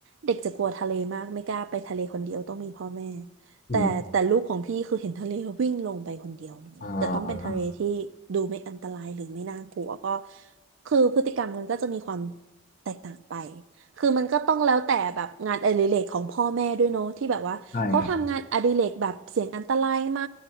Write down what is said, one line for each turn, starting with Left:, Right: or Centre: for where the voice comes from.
Right: เด็กจะกลัวทะเลมากไม่กล้าไปทะเลคนเดียวต้องมีพ่อแม่
Left: อืม
Right: แต่แต่ลูกของพี่คือเห็นทะเลแล้ววิ่งลงไปคนเดียวเลยแต่ต้องเป็นทะเลที่ดูไม่อันตรายหรือไม่น่ากลัวก็
Left: อ่า
Right: คือพฤติกรรมมันก็จะมีความแตกต่างไป คือมันก็ต้องแล้วแต่แบบงานอดิเรกของพ่อแม่ด้วยเนาะที่แบบว่าเขาทำงานอดิเรกแบบเสี่ยงอันตรายไหม
Left: ใช่ครับ